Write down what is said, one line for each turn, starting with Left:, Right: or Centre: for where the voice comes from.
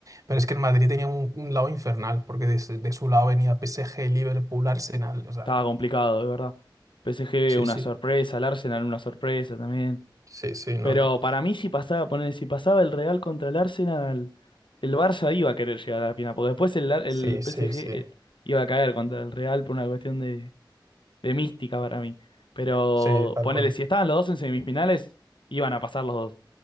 Right: Pero es que el Madrid tenía un, un lado infernal, porque de, de su lado venía PSG, Liverpool, Arsenal. O sea,
Left: estaba complicado, de verdad. PSG
Right: sí,
Left: una
Right: sí,
Left: sorpresa, el Arsenal una sorpresa también.
Right: sí, sí, no,
Left: Pero
Right: no.
Left: para mí si pasaba, poner, si pasaba el Real contra el Arsenal, el Barça iba a querer llegar a la final, porque después el, Ar-
Right: Sí,
Left: el PSG
Right: sí, sí,
Left: eh, iba a caer contra el Real por una cuestión de de mística para mí. Pero
Right: sí, tal
Left: ponele,
Right: cual.
Left: si estaban los dos en semifinales, iban a pasar los dos.